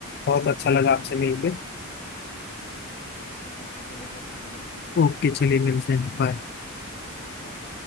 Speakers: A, on the left; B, on the left.
A: बहुत अच्छा लगा आपसे मिलके
B: ओके भाई मिलेंगे फिर मिलेंगे
A: ओके चलिए मिलते हैं बाय
B: बाय